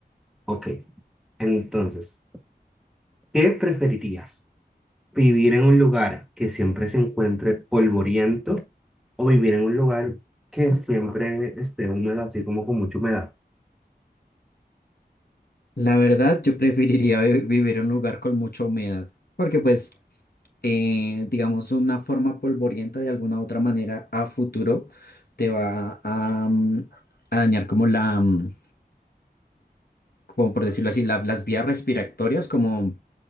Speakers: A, in the centre; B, on the left (about 65°).
A: Ok, entonces, ¿qué preferirías? vivir en un lugar que siempre se encuentre polvoriento o vivir en un lugar que siempre esté húmedo, así como con mucha humedad.
B: La verdad, yo preferiría vi- vivir en un lugar con mucha humedad, porque pues eh, digamos, una forma polvorienta de alguna otra manera a futuro te va a, mm, a dañar como la, mm, como por decirlo así, la- las vías respiratorias, como